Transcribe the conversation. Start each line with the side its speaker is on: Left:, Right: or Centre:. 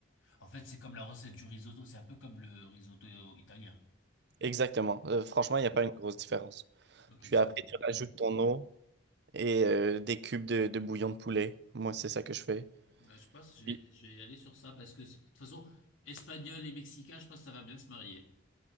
Left: En fait, c'est comme la recette du risotto, c'est un peu comme le risotto italien.
Right: Exactement. Euh, franchement,
Left: Ok,
Right: il n'y a pas une grosse différence.
Left: Ok,
Right: Puis
Left: c'est
Right: après,
Left: la même
Right: tu
Left: chose.
Right: rajoutes ton eau et euh, des cubes de, de bouillon de poulet. Moi, c'est ça que je fais.
Left: Là, Je pense que je
Right: Puis,
Left: vais, je vais aller sur ça parce que c'est- de toute façon, espagnol et mexicain, je pense que ça va bien se marier.